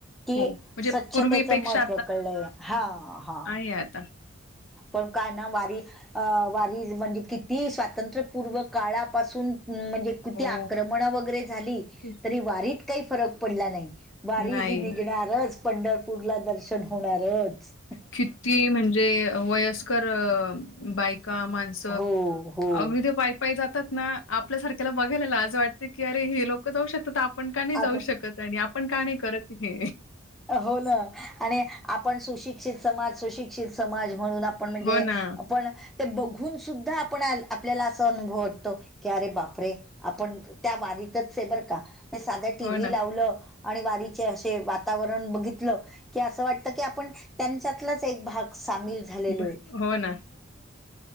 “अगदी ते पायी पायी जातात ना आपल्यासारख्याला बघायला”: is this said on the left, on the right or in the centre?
Left